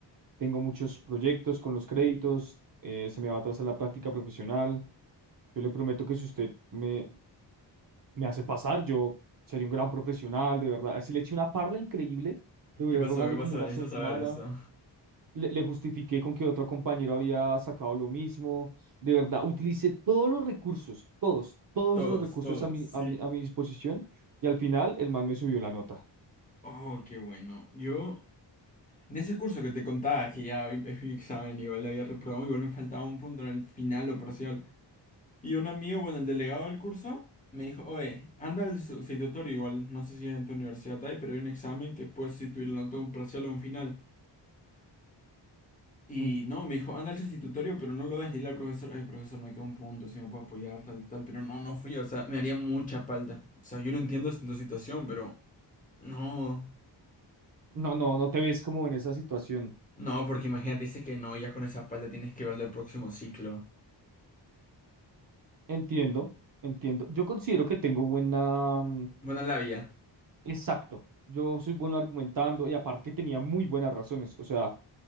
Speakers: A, on the right (about 50°); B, on the left (about 20°).
A: tengo muchos proyectos con los créditos, eh, se me va a atrasar la práctica profesional yo le prometo que si usted me, me hace pasar, yo sería un gran profesional, de verdad. Si le eché una parla increíble, le duré
B: ¿Qué pasó?
A: rogando
B: ¿Qué pasó?
A: como una
B: Necesito
A: semana,
B: saber esto.
A: le, le justifiqué con que otro compañero había sacado lo mismo. De verdad, utilicé todos los recursos, todos, todos
B: Todos,
A: los recursos
B: todos,
A: a mi,
B: sí.
A: a mi, a mi disposición y al final el man me subió la nota.
B: Oh, qué bueno. Yo, en ese curso que te contaba, que ya hoy es mi examen, igual le había reprobado, igual me faltaba un punto en el final o parcial. Y un amigo, bueno, el delegado del curso, me dijo, oye, anda al sustitutorio igual, no sé si en tu universidad hay, pero hay un examen que puedes sustituirlo la nota un parcial o un final. Y
A: Mm,
B: no, me dijo, anda al sustitutorio, pero no lo dejes dile al profesor, oye, profesor, me queda un punto, si me puedo apoyar, tal, tal, pero no, no fui, o sea, me haría mucha falta. O sea, yo no entiendo tu situación, pero no,
A: No, no, no te ves como en esa situación.
B: no, porque imagínate, dice que no, ya con esa falta tienes que ver el próximo ciclo.
A: Entiendo, entiendo. Yo considero que tengo buena, mm,
B: Buena labia,
A: Exacto. Yo soy bueno argumentando y aparte que tenía muy buenas razones. O sea,